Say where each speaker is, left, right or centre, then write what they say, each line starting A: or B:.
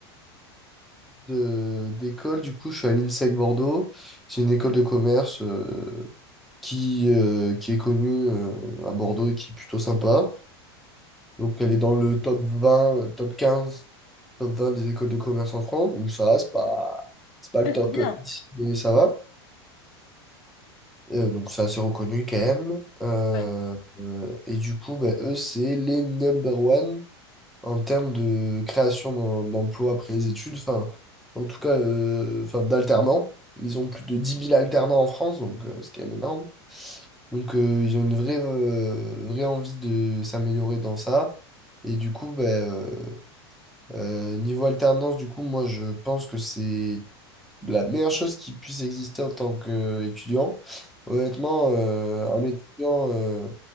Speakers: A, in the centre; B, on the left (about 55°).
A: de- d'école, du coup, je suis à l'INSEC Bordeaux. C'est une école de commerce euh, qui, euh, qui est connue euh, à Bordeaux et qui est plutôt sympa. Donc, elle est dans le top vingt top quinze top 20 des écoles de commerce en France. Donc, ça va, c'est pas, c'est pas le
B: Ouais,
A: top
B: c'est bien.
A: 10, mais ça va. Euh, donc, c'est assez reconnu quand même. Euh,
B: ouais.
A: euh, et du coup, ben, eux, c'est les number one en termes de création d'em- d'emplois après les études, enfin, en tout cas, euh, enfin, d'alternants. Ils ont plus de dix mille alternants en France, donc euh, c'est quand même énorme. Donc, euh, ils ont une vraie, euh, vraie envie de s'améliorer dans ça. Et du coup, ben, euh, euh, niveau alternance, du coup, moi, je pense que c'est la meilleure chose qui puisse exister en tant qu'étudiant. Honnêtement, euh, un étudiant euh,